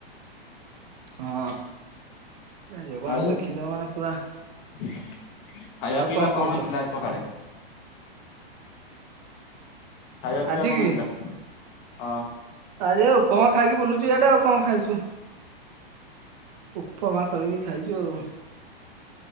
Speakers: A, on the right; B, on the left.
A: ହଁ, ଜଗନ୍ନାଥ
B: ଆଉ
A: ଦେଖିଦବ ମାନେ ପୁରା
B: ଖାଇବା
A: ଆଉ
B: ପିଇବା
A: କହୁଛ
B: କଣ ହେଇଥିଲା ସକାଳେ? ଖାଇବା ପିଇବା
A: ଆଜି
B: କଣ
A: କି?
B: ହେଇଥିଲା? ହଁ।
A: ଆଜି ଏ ଉପମା ଖାଇକି ବୁଲୁଛୁ ଆଟା ଆଉ କଣ ଖାଇଛୁ। ଉପମା କରିକି ଖାଇଛୁ ଆଉ।